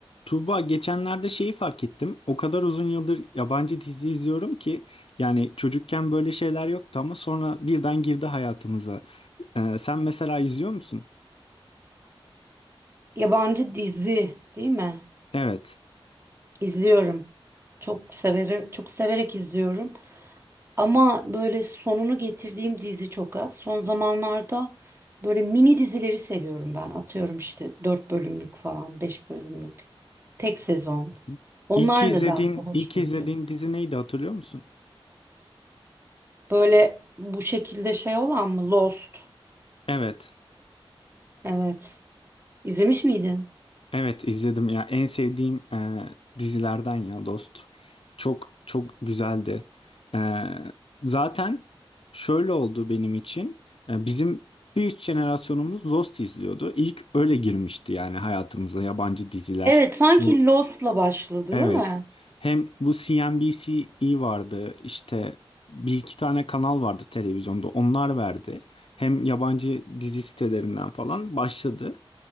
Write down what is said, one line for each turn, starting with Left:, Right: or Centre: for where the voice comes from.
Left: Tuğba geçenlerde şeyi fark ettim. O kadar uzun yıldır yabancı dizi izliyorum ki yani çocukken böyle şeyler yoktu ama sonra birden girdi hayatımıza. Ee, sen mesela izliyor musun?
Right: Yabancı dizi değil mi?
Left: Evet.
Right: İzliyorum. Çok severek, çok severek izliyorum. Ama böyle sonunu getirdiğim dizi çok az. Son zamanlarda böyle mini dizileri seviyorum ben. Atıyorum işte 4 bölümlük falan, 5 bölümlük. Tek sezon.
Left: Hı hı.
Right: Onlar
Left: İlk izlediğin,
Right: nedense hoşuma
Left: ilk izlediğin
Right: gidiyor.
Left: dizi neydi hatırlıyor musun?
Right: Böyle bu şekilde şey olan mı? Lost.
Left: Evet.
Right: Evet. İzlemiş miydin?
Left: Evet izledim ya en sevdiğim e, dizilerden ya Dost. Çok çok güzeldi. E, zaten şöyle oldu benim için. E, bizim bir üst jenerasyonumuz Dost izliyordu. İlk öyle girmişti yani hayatımıza yabancı diziler.
Right: Evet, sanki
Left: Bu
Right: Lost'la başladı,
Left: evet.
Right: değil mi?
Left: Hem bu CNBC vardı işte bir iki tane kanal vardı televizyonda onlar verdi. Hem yabancı dizi sitelerinden falan başladı.